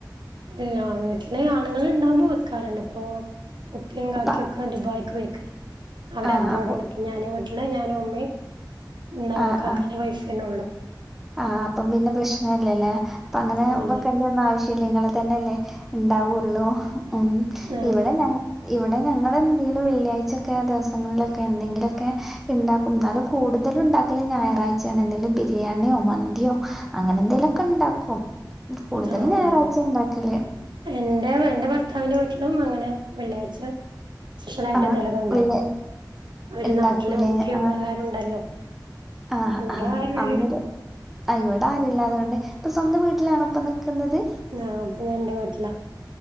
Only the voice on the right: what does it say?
ഇല്ല വീട്ടിലെ ആണുങ്ങൾ ഇണ്ടാകുമ്പോ വെക്കാറുണ്ട് ഇപ്പോ ഉപ്പി കാക്കിയൊക്കെ
ദുബായിക്ക് പോയിക്ക അവര്
അബ്രോഡാണ്
ഞാന് വീട്ടില് ഞാനും ഉമ്മയും എന്താ
കാക്കന്റെ
വൈഫെന്നെ ഉള്ളു
ഇല്ലേ
ആഹ്
ആഹ്
എന്റെ എന്റെ ഭർത്താവിന്റെ വീട്ടിലും അങ്ങനെ വെള്ളിയാഴ്ച സ്പെഷ്യലായിട്ട്
എന്തെങ്കിലുക്കെ ഉണ്ടാക്കും
അവര്
നാട്ടിലെ ഉപ്പയും ഉമ്മയും
എല്ലാരും ഉണ്ടല്ലോ
ഇവിടെ
ആരുല്ല
ആഹ് അപ്പൊ ഞാൻ എന്റെ വീട്ടിലാ